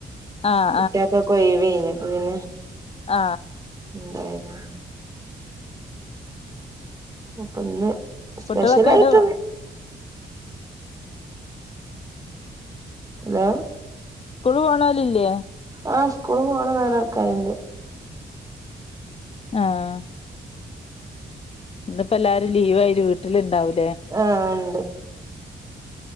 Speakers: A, on the left; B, on the right.
A: ആഹ്
B: കുട്ടിയെക്കൊക്കെ ഒഴിവെനു അപ്പൊ പിന്നെ
A: ആ
B: <unintelligible> അപ്പന്ന് സ്പെഷ്യൽയിട്ട്ന്ന്
A: കുട്ടികളൊക്കെ എവിടെ
B: ഹലോ
A: സ്കൂള് പോണോലില്ലേ
B: ആഹ് സ്കൂള് പോണ നാലാൾക്കാര്ണ്ട്
A: ആഹ് ഇന്ന്പ്പോ എല്ലാരും ലീവായിട്ട് വീട്ടില് ണ്ടാവും
B: ആഹ് ണ്ട്